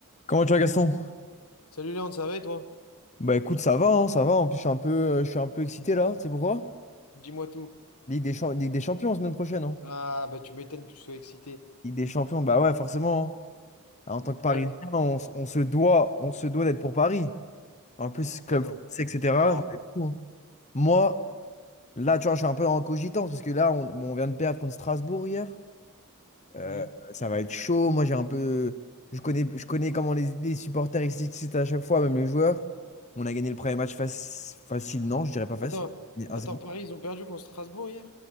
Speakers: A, on the left; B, on the left.
A: Comment tu vas Gaston?
B: Salut Léon, ça va et toi?
A: Bah écoute, ça va, hein, ça va. En plus, je suis un peu, euh, je suis un peu excité là. Tu sais pourquoi?
B: Dis-moi tout.
A: Ligue des, Cham- Ligue des Champions semaine prochaine. Hein.
B: Ah, bah tu m'étonnes que tu sois excité.
A: Ligue des Champions, bah ouais, forcément. hein. En tant que Parisien,
B: Euh,
A: on, s- on se doit, on se doit d'être pour Paris. En plus, club
B: Ah non.
A: français, etc.
B: Alors,
A: ça va être fou, hein. Moi, là, tu vois, je suis un peu en cogitance parce que là, on, bon, on vient de perdre contre Strasbourg hier. Euh,
B: hmm.
A: ça va être chaud. Moi, j'ai un peu, je connais, je connais comment les, les supporters ils s'excitent à chaque fois, même les joueurs. On a gagné le premier match fac- facile, non, je dirais pas facile.
B: Attends,
A: Mais
B: attends,
A: 1
B: Paris, ils ont perdu contre Strasbourg hier?